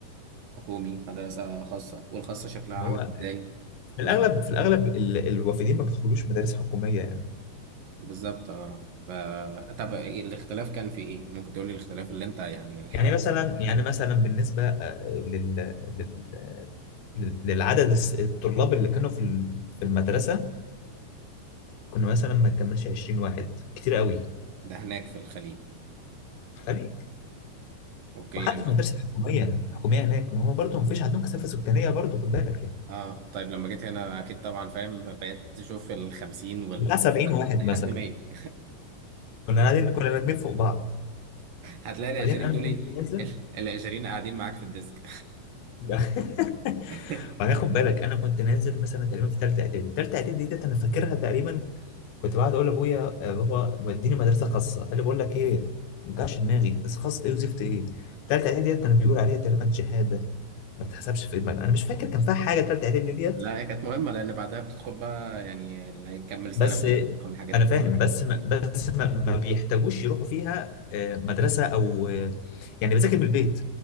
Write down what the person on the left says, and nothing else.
هو
في
الأغلب في الأغلب ال- الوافدين ما بيدخلوش مدارس حكومية يعني
يعني مثلا يعني مثلا بالنسبة آه، لل لل- لل- للعدد الس- الطلاب اللي كانوا في ال- في المدرسة كنا مثلا ما نكملش 20 واحد كتير قوي
في الخليج
وحتى
في المدارس الحكومية الحكومية هناك ما هو برضه ما فيش عندهم كثافة سكانية برضه خد بالك يعني
بتاع 70 واحد
مثلا
كنا قاعدين كنا راكبين فوق بعض
بعدين
انا
كنت
نازل
<laughs>
بعدين خد بالك انا كنت نازل مثلا تقريبا في ثالثه اعدادي ثالثه اعدادي ديت انا فاكرها تقريبا كنت بقعد اقول لابويا يا بابا وديني مدرسه خاصه قال لي بقول لك ايه ما توجعش دماغي بس خاص ايه وزفت ايه ثالثه اعدادي ديت كانوا بيقولوا عليها تقريبا شهاده ما بتحسبش في دماغك انا مش فاكر كان فيها حاجه ثالثه اعدادي ديت
بس
انا فاهم
بس ما بس ما, ما بيحتاجوش يروحوا فيها آه، مدرسه او آه، يعني بذاكر من البيت